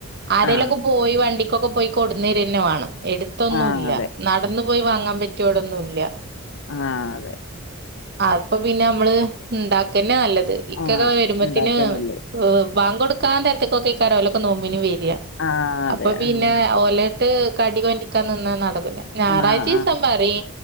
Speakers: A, on the right; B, on the left.
A: ആരെലൊക്കെ
B: ആ
A: പോയി വണ്ടിക്കൊക്കെ പോയി കൊടുന്നേരന്നെ വേണം. എടുത്തൊന്നും
B: ആ
A: ഇല്ല
B: അതെ
A: നടന്നു പോയി വാങ്ങാൻ പറ്റിയോടൊന്നുംല്ല.
B: ആഹ്.
A: അപ്പൊ പിന്നെ നമ്മള് ഇണ്ടാക്കന്നെ നല്ലത്. ഇക്കൊക്കെ
B: ആ
A: വരുമ്പോത്തിന്
B: ഉണ്ടാക്കാൻ നല്ലത്
A: ബാങ്ക് കൊടുക്കാൻ നേരത്ക്കൊക്കെ ഈ ഓലൊക്കെ നോമ്പിന് വര.
B: ആ അതെ
A: അപ്പൊ പിന്നെ
B: ഉം
A: ഓല്. ഇട്ട് കടി കൊണ്ടിക്കാൻ നിന്ന നടക്കുല ഞാറാഴ്ച്ചീസം
B: ആ ആ
A: പ റിം